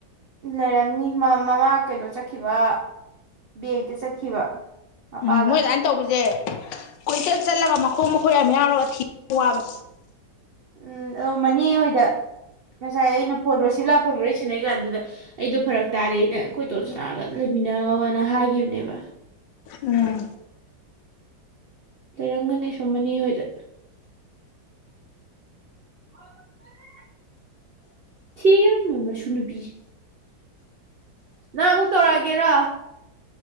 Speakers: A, on the right (about 75°); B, on the left (about 75°).
A: ꯂꯩꯔꯝꯅꯤ ꯃꯃꯥ ꯀꯩꯅꯣ ꯆꯠꯈꯤꯕ ꯕꯦꯡꯇ ꯆꯠꯈꯤꯕ ꯃꯄꯥꯒ
B: ꯎꯝ ꯅꯣꯏ ꯑꯗꯨꯃꯥꯏꯅ ꯇꯧꯕꯁꯦ ꯀꯣꯏꯆꯠ ꯆꯠꯂꯒ ꯃꯈꯣꯡ ꯃꯈꯨꯠ ꯌꯥꯝ ꯌꯥꯎꯔꯒ ꯊꯤ ꯋꯥꯕꯦ
A: ꯎꯝ ꯑꯗ ꯃꯅꯦ ꯍꯣꯏꯗ ꯉꯁꯥꯏ ꯑꯩꯅ ꯐꯣꯟ ꯁꯤ ꯂꯥꯛꯐꯝ ꯃꯔ ꯂꯩ ꯁꯥꯟꯅꯩ ꯀꯥꯟꯗꯨꯗ ꯑꯩꯗꯣ ꯐꯔꯛ ꯇꯥꯔꯦꯅ ꯑꯩꯈꯣꯏꯇꯣꯟ ꯁꯅꯥꯒ ꯂꯩꯃꯤꯟꯅꯧꯅ ꯍꯥꯏꯈꯤꯕꯅꯦꯕ
B: ꯎꯝ
A: ꯂꯩꯔꯝꯒꯅꯤ ꯁꯨꯝ ꯃꯅꯦ ꯍꯣꯏꯗ <unintelligible> ꯊꯤꯔꯝꯃꯣꯏ ꯃꯁꯨ ꯅꯨꯄꯤ ꯅꯪ ꯑꯃꯨꯛ ꯇꯧꯔꯛꯑꯒꯦꯔ